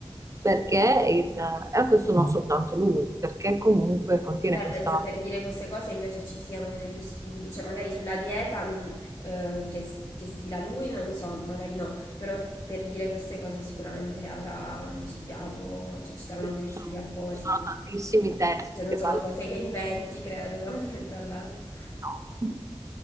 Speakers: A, on the right (about 30°); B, on the left (about 40°).
A: perché il, e questo non soltanto lui, perché comunque contiene
B: Beh,
A: questa...
B: penso per dire queste cose invece ci siano degli studi, cioè magari sulla dieta mh, eh, che, che stila lui, non so, magari no, però per dire queste cose sicuramente avrà mh, studiato, cioè ci saranno
A: sì,
B: degli
A: Ci sono,
B: studi appositi.
A: ci sono tantissimi testi
B: Cioè non
A: che
B: sono
A: parlano
B: cose che inventi, credo, da un momento all'altro.
A: no.